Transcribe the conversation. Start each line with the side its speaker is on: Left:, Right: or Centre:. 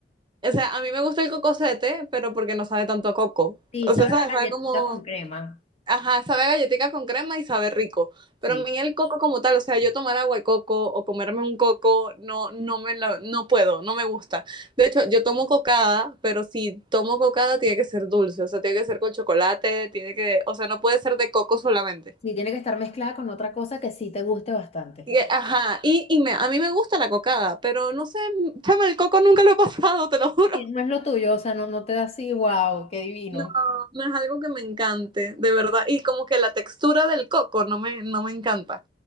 Right: O sea, a mí me gusta el cocosete, pero porque no sabe tanto a coco.
Left: Sí,
Right: O
Left: sabes
Right: sea, sabe,
Left: a
Right: sabe
Left: galletita
Right: como,
Left: con crema.
Right: ajá, sabe a galletica con crema y sabe rico.
Left: Sí.
Right: Pero a mí el coco como tal, o sea, yo tomar agua de coco o comerme un coco, no, no me la- no puedo, no me gusta. De hecho, yo tomo cocada, pero si tomo cocada tiene que ser dulce, o sea, tiene que ser con chocolate, tiene que, o sea, no puede ser de coco solamente.
Left: Sí, tiene que estar mezclada con otra cosa que sí te guste bastante.
Right: Y, ajá, y, y me, a mí me gusta la cocada, pero no sé, chama, el coco nunca lo he pasado, te lo juro.
Left: Sí, no es lo tuyo, o sea, no, no te da así, wow, qué divino.
Right: No, no es algo que me encante, de verdad. Y como que la textura del coco no me, no me encanta.